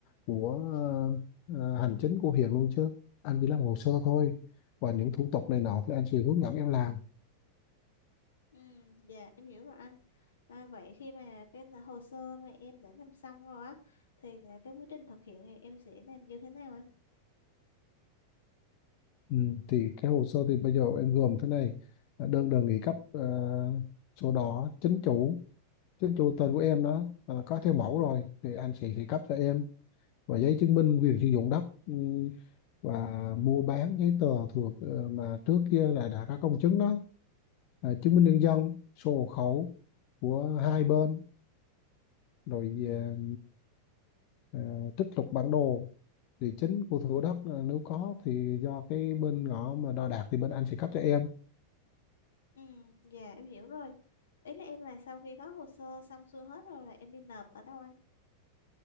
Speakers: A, on the left; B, on the left.
A: của ờ, ờ, hành chính của huyện luôn chứ anh chỉ làm hồ sơ thôi và những thủ tục này nọ thì anh sẽ hướng dẫn em làm
B: Ừ, dạ em hiểu rồi anh. À, vậy khi mà cái n- hồ sơ mà em đã làm xong rồi á thì là cái quá trình thực hiện thì em sẽ làm như thế nào anh?
A: Ừ, thì cái hồ sơ thì bây giờ em gồm thế này là đơn đề nghị cấp ờ, sổ đỏ chính chủ chính chủ tên của em đó ờ, có theo mẫu rồi thì anh sẽ sẽ cấp cho em và giấy chứng minh quyền sử dụng đất ừ, và mua bán giấy tờ thuộc ờ, mà trước kia là đã có công chứng đó à, chứng minh nhân dân sổ hộ khẩu của hai bên rồi ờ, ờ, trích lục bản đồ địa chính của thửa đất ờ, nếu có thì do cái bên ngõ mà đo đạc thì bên anh sẽ cấp cho em
B: Ừ, dạ em hiểu rồi. Ý là em là sau khi có hồ sơ xong xuôi hết rồi là em đi nộp ở đâu anh?